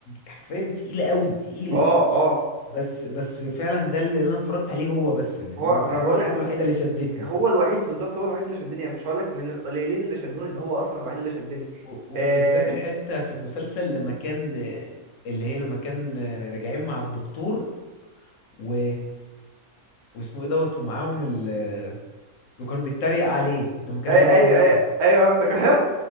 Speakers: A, on the left; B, on the right.
A: حرفيا تقيلة قوي تقيلة
B: اه اه
A: بس بس فعلا ده اللي انا اتفرجت عليه هو بس يعني إن
B: هو
A: هو
B: ما
A: اول
B: بقول لك
A: حاجة الوحيدة اللي شدتني
B: هو الوحيد بالظبط هو الوحيد اللي شدني يعني مش هقول لك من القليلين اللي شدوني ده هو اصلا الوحيد اللي شدني
A: و- وبالذات
B: آه...
A: الحتة في المسلسل لما كان اللي هي لما كان راجعين مع الدكتور و واسمه ايه دوت ومعاهم ال... وكانوا بيتريق عليه لما كان
B: اي
A: لابس
B: اي
A: النمر
B: اي ايوه افتكر